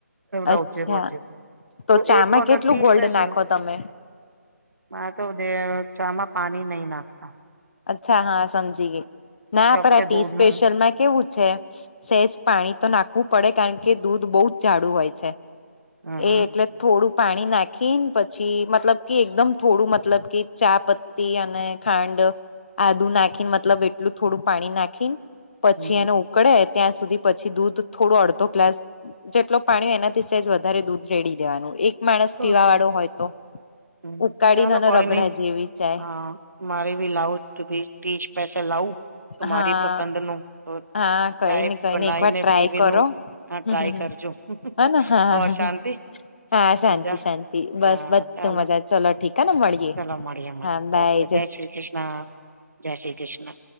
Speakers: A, on the right (about 85°); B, on the left (about 45°).
A: રોજે
B: અચ્છા
A: રોજૅ તો
B: ચામાં
A: એક વખત
B: કેટલું
A: ટી
B: ગોલ્ડ
A: સ્પેશલ
B: નાખો તમે
A: મારે તો ચા માં પાણી નઈ નાખતા.
B: અચ્છા, હા, સમજી ગઈ. ના,
A: ચોખ્ખે
B: પર ટી
A: દૂધ
B: સ્પેશલ
A: નું
B: મેં કેવું છે, સેજ પાણી તો નાખવું પડે, કારણ કે દૂધ બહુ જ જાડું હોય છે.
A: હમ હમ
B: એ એટલે થોડું પાણી નાખીને પછી, મતલબ કે એકદમ થોડું, મતલબ કે ચા ધી અને ખાંડ આદું નાખીને મતલબ એટલું થોડું પાણી નાખી પછી
A: હમ
B: એનું પકડે ત્યાં સુધી પછી દૂધ થોડો અડધો ગ્લાસ જેટલો પાણી હોય એનાથી સેજ વધારે દૂધ રેડી દેવાનું એક માણસ
A: હમ
B: પીવા વાળો હોય તો,
A: હમ
B: ઉકાળીને
A: ચાલો
B: અને
A: કોઈ
B: રગડા
A: નઈ
B: જેવી જાય.
A: હ મારે બી લાવું સ્પેશલ લાવું તો મારી
B: હા
A: પસંદનું તો
B: હા કઈ
A: ચાય
B: ને કઈ
A: બનાઈ
B: એક વાર
A: ને
B: ટ્રાય
A: પીવીનું.
B: કરો
A: હા, ટ્રાય
B: હમ
A: કરજો
B: હને હા
A: હવ શાંતિ?
B: હા, શાંતિ
A: બીજા
B: શાંતિ બસ
A: હા
B: બધું
A: ચાલો
B: મજા ચલો ઠીકાને મળીએે
A: ચાલો મળીએ
B: હા બાય.
A: ઓકે જય શ્રી કૃષ્ણા, જય શ્રી કૃષ્ણા.